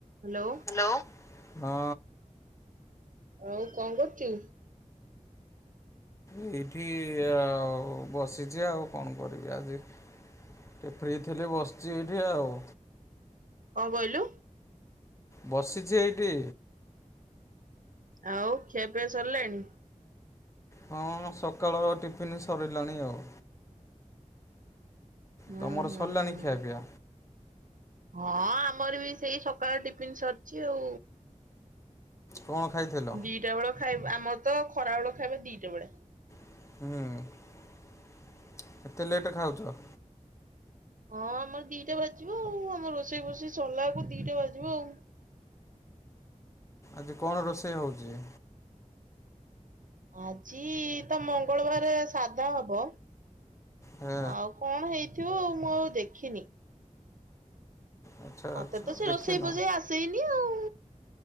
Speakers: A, on the right; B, on the left.
A: Hello.
B: Hello. ହଁ।
A: ଆଉ କଁ କରୁଚୁ?
B: ଏଇଠି ଆଉ ବସିଚି ଆଉ କଣ କରିବି ଆଜି ଏ ଫ୍ରି ଥିଲି ବସିଚି ଏଇଠି ଆଉ।
A: କଁ କଇଲୁ?
B: ବସିଚି ହେଇଟି।
A: ଆଉ ଖିଆ ପିଆ ସରଲାଣି?
B: ହଁ ସକାଳ ଟିଫିନ୍ ସରିଲାଣି ଆଉ।
A: ହୁଁ
B: ତମର
A: ହୁଁ।
B: ସରିଲାଣି ଖିଆପିଆ
A: ହଁ ଆମର ବି ସେଇ ସକାଳ ଟିପିନ୍ ସରଚି ଆଉ।
B: କଣ ଖାଇଥିଲ
A: ଦିଟା ବେଳ ଖାଇବ୍ ଆମର ତ ଖରା ବେଳ ଖାଇବା ଦିଟା ବେଳେ।
B: ହୁଁ। ଏତେ ଲେଟ୍ ରେ ଖାଉଚ।
A: ହଁ ଆମର ଦିଟା ବାଜିବ ଆଉ ଆମର ରୋଷେଇ ଫୋଷେଇ ସରଲା କୁ ଦିଟା ବାଜିବ ଆଉ।
B: ଆଜି କଣ ରୋଷେଇ ହଉଚି?
A: ଆଜି ତ ମଙ୍ଗଳବାରେ ସାଧା ହବ।
B: ହେ
A: ଆଉ କଣ ହେଇଥିବ ଆଉ ମୁଁ ଆଉ ଦେଖିନି।
B: ଆଚ୍ଛା
A: ମତେ
B: ଆଚ୍ଛା
A: ତ ସେ
B: ଦେଖିନ
A: ରୋଷେଇ ପୋସେଇ ଆସେଇନି ଆଉ।